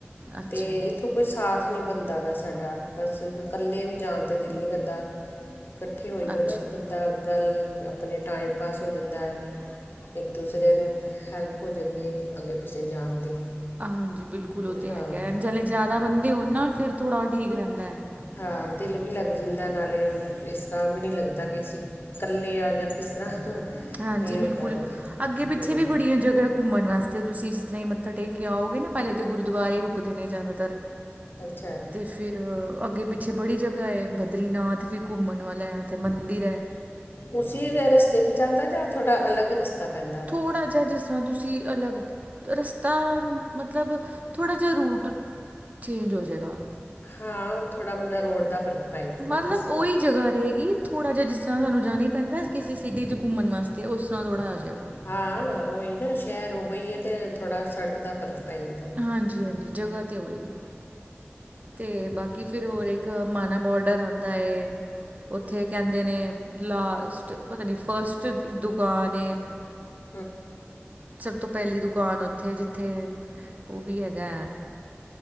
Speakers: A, on the right (about 35°); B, on the left (about 55°).
A: ਅੱਛਾ
B: ਤੇ ਇੱਥੋਂ ਕੋਈ ਸਾਥ ਨਹੀਂ ਬਣਦਾ ਵਾ ਸਾਡਾ। ਬਸ, ਇਕੱਲੇ ਵੀ ਜਾਣ ਦਿਲ ਨਹੀਂ ਕਰਦਾ। ਇਕੱਠੇ ਹੋਈਏ
A: ਅੱਛਾ
B: ਨਾ ਤਾਂ ਬੰ ਦਾ ਗੱਲ ਆਪਣੇ ਟਾਈਮ ਪਾਸ ਹੋ ਜਾਂਦਾ। ਇੱਕ- ਦੂਸਰੇ ਨੂੰ ਹੈਲਪ ਹੋ ਜਾਂਦੀ। ਦੀ ਅੱਗੇ- ਪਿੱਛੇ ਜਾਣ ਦੀ
A: ਹਾਂਜੀ ਬਿਲਕੁਲ ਉਹ ਤੇ
B: ਹਾਂ।
A: ਹੈਗਾ ਜਲੇ ਜ਼ਿਆਦਾ ਬੰਦੇ ਹੋ ਨਾਲ ਫਿਰ ਥੋੜ੍ਹਾ ਉਹ ਠੀਕ ਰਹਿੰਦਾ ਹੈ।
B: ਹਾਂ, ਦਿਲ ਵੀ ਲੱਗ ਜਾਂਦਾ ਨਾਲੇ, ਇਸ ਤਰ੍ਹਾਂ ਵੀ ਨੀ ਲੱਗਦਾ। ਕਿ ਅਸੀਂ ਇਕੱਲੇ ਆ ਜਾਂ ਕਿਸ ਤਰ੍ਹਾਂ
A: ਹਾਂਜੀ,
B: ਇਹ
A: ਬਿਲਕੁਲ
B: ਉੱਦਾਂ ਦੇ
A: ਅੱਗੇ -ਪਿੱਛੇ
B: ਹੂੰ
A: ਵੀ ਬੜੀਆਂ ਜਗ੍ਹਾ ਘੁੰਮਣ ਵਾਸਤੇ ਤੁਸੀਂ ਜਿਸ ਤਰ੍ਹਾਂ ਹੀ ਮੱਥਾ ਟੇਕ ਕੇ ਆਓਗੇ ਨਾ ਪਹਿਲੇ ਤਾਂ ਗੁਰਦੁਆਰੇ ਹੀ ਰੁਕਦੇ ਨੇ ਜ਼ਿਆਦਾਤਰ।
B: ਅੱਛਾ।
A: ਅਤੇ ਫਿਰ ਅੱਗੇੇ -ਪਿੱਛੇ ਬੜੀ ਜਗਾ ਬਦਰੀਨਾਥ ਵੀ ਘੁੰਮਣ ਵਾਲਾ ਹੈ, ਉੱਥੇ ਮੰਦਿਰ ਹੈ।
B: ਉਸ ਰਸਤੇ ਵਿੱਚ ਆਉਂਦਾ ਜਾਂ ਥੋੜਾ ਅਲੱਗ ਰਸਤਾ ਪੈਂਦਾ ਉਹ
A: ਥੋੜਾ ਜਿਹਾ ਜਿਸ- ਤਾਂ ਤੁਸੀਂ ਅਲੱਗ ਰਸਤਾ ਮਤਲਬ ਥੋੜ੍ਹਾ ਜਿਹਾ ਰੂਟ ਚੇਂਜ ਹੋ ਜਾਏਗਾ।
B: ਹਾਂ, ਉਹ ਥੋੜਾ ਮਤਲਬ ਰੋਡ ਦਾ ਫਰਕ ਪੈ ਜਾਂਦਾ
A: ਮਤਲਬ
B: ਨਾ ਇਸ
A: ਉਹੀ ਜਗਾ ਰਹੇਗੀ। ਥੋੜਾ ਜਿਹਾ ਜਿਸ ਤਰਾਂ, ਸਾਨੂੰ ਜਾਣਾ ਹੀ ਪੈਂਦਾ ਏ। ਕਿਸੇ ਸਿਟੀ ਚ ਘੁੰਮਣ ਵਾਸਤੇ, ਉਸ ਤਰਾਂ ਥੋੜਾ, ਜਿਹਾ ਜਾਏਗਾ।
B: ਹਾਂ, ਓਈ ਨਾ ਸ਼ਹਿਰ ਉਈ ਹੈ। ਤੇ ਥੋੜਾ ਸੜਕ ਦਾ ਫ਼ਰਕ, ਪੈ ਜਾਂਦਾ ਹੈ।
A: ਹਾਂਜੀ, ਹਾਂਜੀ ਜਗ੍ਹਾ ਤੇ ਉਹੀ ਹੈ। ਤੇ ਬਾਕੀ ਫੇਰ, ਹੋਰ ਇੱਕ ਮਾਨਾ ਬੋਡਰ, ਆਉਂਦਾ ਏ। ਉੱਥੇ ਕਹਿੰਦੇ ਨੇ। ਲਾਸਟ ਪਤਾ ਨਹੀਂ, ਫਸਟ ਦੁਕਾਨ ਐ।
B: <inaudible>
A: ਸਭ ਤੋਂ ਪਹਿਲੀ, ਦੁਕਾਨ ਉੱਥੇ ਹੈ। ਜਿੱਥੇ ਉਹ ਵੀ ਹੈਗਾ।